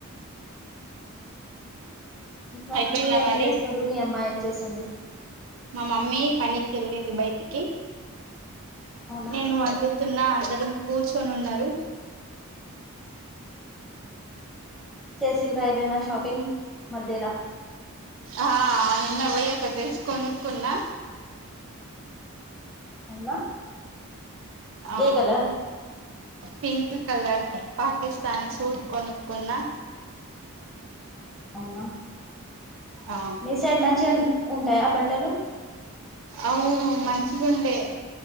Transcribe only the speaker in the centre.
ఇంకా
మీరేం
చేస్తుండ్రు మీ అమ్మాయి ఏం చేస్తుంది
అవునా
చేసినంర్రా ఏమైనా షాపింగ్ మధ్యలా.
అవునా.
ఏ colour
అవునా
మీ సైడ్ మంచి నే ఉంటాయా బట్టలు.